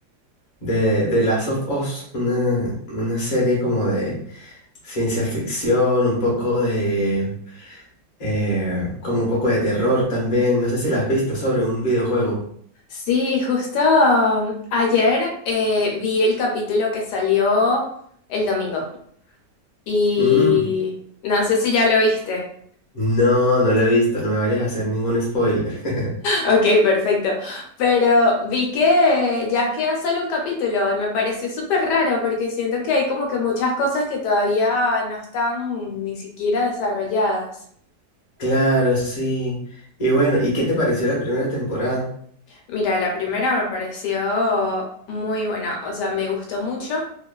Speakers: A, on the left; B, on the left.
A: de, de Last of Us, una, una serie como de ciencia ficción, un poco de... eh, como un poco de terror también. No sé si la has visto sobre un videojuego.
B: Sí, justo ayer eh, vi el capítulo que salió el domingo y
A: Mm,
B: no sé si ya lo viste.
A: no, no lo he visto, no me vayas a hacer ningún spoiler. <laughs>
B: Ok, perfecto. Pero vi que ya queda solo un capítulo y me pareció súper raro porque siento que hay como que muchas cosas que todavía no están ni siquiera desarrolladas.
A: Claro, sí. Y bueno, ¿y qué te pareció la primera temporada?
B: Mira, la primera me pareció muy buena, o sea, me gustó mucho.